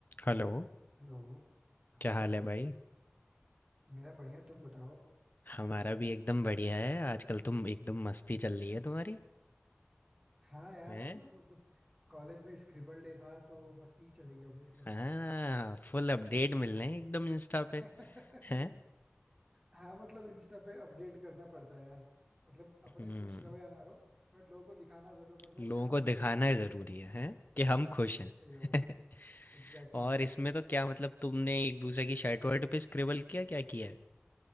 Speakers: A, on the left; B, on the right.
A: हेलो,
B: Hello हाँ
A: क्या हाल है भाई?
B: मेरा बढ़िया तुम बताओ
A: हमारा भी एकदम बढ़िया है। आजकल तुम एकदम मस्ती चल रही है तुम्हारी।
B: हाँ यार
A: हैं?
B: मतलब अब कॉलेज में स्क्रिबल डे था तो मस्ती चलेगी ऑब्वियस सी बात
A: हाँ,
B: है
A: फुल अपडेट मिल रहे हैं एकदम इंस्टा
B: <laughs>
A: पे। हैं?
B: हाँ मतलब इंस्टा पे अपडेट करना पड़ता है यार मतलब अपने
A: हम्म,
B: खुश रहो या ना रहो बट लोगों को दिखाना जरूर पड़ता
A: लोगों
B: है कि हाँ
A: को
B: हम
A: दिखाना
B: खुश हैं
A: जरूरी है, हैं? कि हम खुश हैं।
B: सही
A: <laughs>
B: बात है Exactly
A: और
B: exactly.
A: इसमें तो क्या मतलब तुमने एक दूसरे की शर्ट वर्ट पे स्क्रिबल किया क्या किया है?